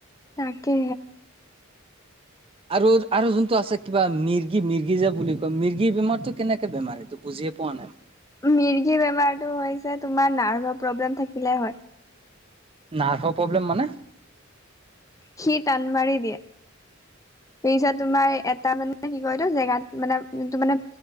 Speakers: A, on the left (about 15°); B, on the right (about 25°).
A: তাকে।
B: আৰু আৰু যোনটো আছে কিবা মিৰ্গি মিৰ্গি যে বুলি কয় মিৰ্গী বেমাৰটো কেনেকে বেমাৰ এইটো বুজিয়ে পোৱা নাই।
A: মিৰ্গি বেমাৰটো হৈছে তোমাৰ নাৰ্ভৰ প্ৰব্লেম থাকিলে হয়।
B: নাৰ্ভৰ প্ৰব্লেম মানে?
A: সি টান মাৰি দিয়ে। সেই পিছত তোমাৰ এটা মানে কি কয়তো জেগাত মানে ত' মানে